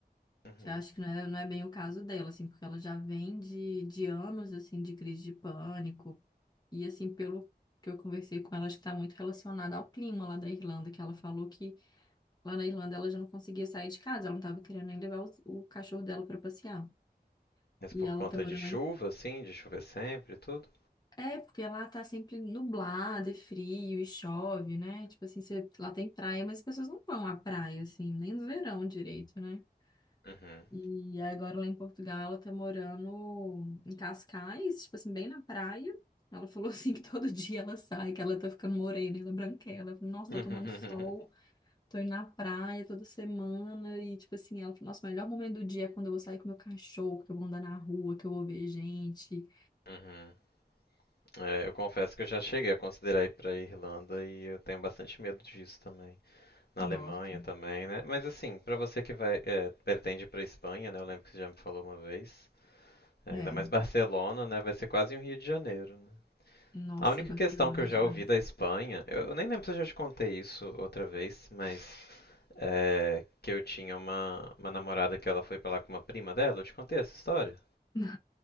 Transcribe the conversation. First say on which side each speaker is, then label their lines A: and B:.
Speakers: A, on the left; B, on the left.
A: uhum.
B: Que acho que não é, não é bem o caso dela, assim, porque ela já vem de, de anos, assim, de crise de pânico. E, assim, pelo que eu conversei com ela, acho que está muito relacionada ao clima lá da Irlanda, que ela falou que Lá na Irlanda, ela já não conseguia sair de casa, ela não estava querendo nem levar os- o, cachorro dela para passear.
A: Mas
B: E
A: por
B: ela
A: conta
B: tá morando
A: de chuva,
B: lá em...
A: assim, de chover sempre e tudo?
B: É, porque lá tá sempre nublado, é frio e chove, né? Tipo assim, você- lá tem praia, mas as pessoas não vão à praia, assim, nem no verão direito, né?
A: Uhum.
B: E agora lá em Portugal, ela tá morando em Cascais, tipo assim, bem na praia. Ela falou assim que todo <laughs> dia ela sai, que ela tá ficando morena, ela é branquela. Eu falei, Nossa,
A: <laughs>
B: tô tomando sol. Tô indo na praia toda semana e, tipo assim, ela falou, nossa, o melhor momento do dia é quando eu vou sair com meu cachorro, que eu vou andar na rua, que eu vou ver gente.
A: Uhum. É, eu confesso que eu já cheguei a considerar ir pra Irlanda e eu tenho bastante medo disso também. Na
B: Nossa,
A: Alemanha também, né? Mas assim, pra você que vai, é, pretende ir pra Espanha, né? Eu lembro que você já me falou uma vez. é,
B: é,
A: ainda mais Barcelona, né? Vai ser quase um Rio de Janeiro, né?
B: nossa,
A: A única
B: Barcelona
A: questão que eu
B: é
A: já
B: demais.
A: ouvi da Espanha, eu eu nem lembro se eu já te contei isso outra vez, mas É, que eu tinha uma, uma namorada que ela foi pra lá com uma prima dela. Eu te contei essa história?
B: <laughs> Não,